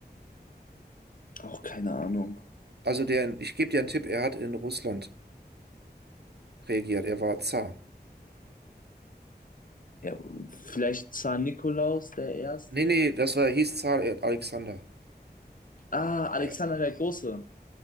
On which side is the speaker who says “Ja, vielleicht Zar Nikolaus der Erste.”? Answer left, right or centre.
Left